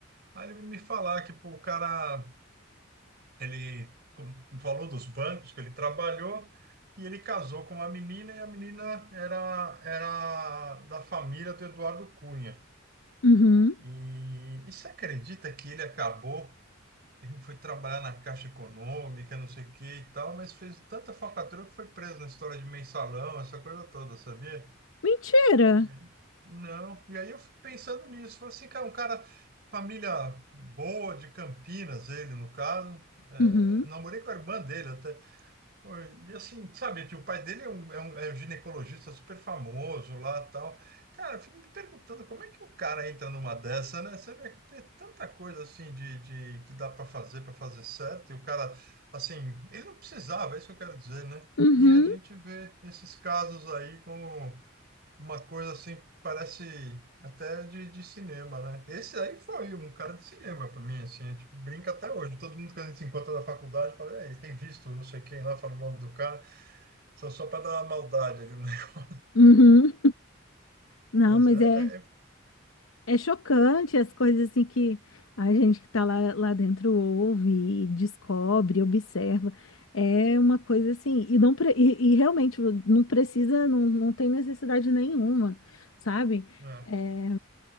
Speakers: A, on the right; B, on the left.
A: Aí ele me falar que pô, o cara ele com- falou dos bancos que ele trabalhou e ele casou com uma menina e a menina era, era da família do Eduardo Cunha.
B: Uhum.
A: E, e você acredita que ele acabou, ele foi trabalhar na Caixa Econômica, não sei o que e tal, mas fez tanta falcatrua que foi preso na história de mensalão, essa coisa toda, sabia?
B: Mentira!
A: E aí? Não. E aí eu fico pensando nisso. Falei assim, cara, um cara, família boa de Campinas, ele no caso. É,
B: Uhum.
A: namorei com a irmã dele até. Pô, E assim, sabe, que o pai dele é um, é um, é um ginecologista super famoso lá tal. Cara, eu fico me perguntando como é que o cara entra numa dessa, né? Você vê que tem tanta coisa assim de, de que dá para fazer, para fazer certo, e o cara, assim, ele não precisava, é isso que eu quero dizer, né?
B: Uhum. Uhum.
A: E a gente vê esses casos aí como uma coisa assim, parece até de, de cinema, né? Esse aí foi um cara de cinema pra mim, assim, a gente brinca até hoje. Todo mundo que a gente se encontra na faculdade fala, "Ei, tem visto não sei quem lá, fala o nome do cara, só, só para dar uma maldade ali, né? <laughs>
B: Uhum. Não,
A: Mas
B: mas
A: é,
B: é.
A: é,
B: É chocante as coisas assim que a gente que tá lá, lá dentro ouve, e descobre, observa. É uma coisa assim, e não pre- e, e realmente não precisa, não, não tem necessidade nenhuma, sabe?
A: é,
B: É,